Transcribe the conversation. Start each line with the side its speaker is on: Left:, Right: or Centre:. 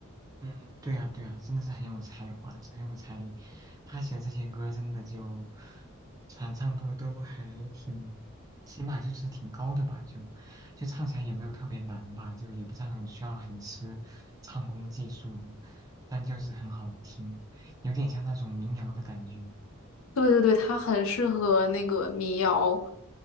Right: 嗯，对呀，对呀，真的是很有才华，很有才艺。他写的这些歌真的就传唱度都还挺，起码就是挺高的吧，就就唱起来也没有特别难吧，就也不是那种需要很吃唱功技术的，但就是很好听，有点像那种民谣的感觉。
Left: 对对对，它很适合那个民谣，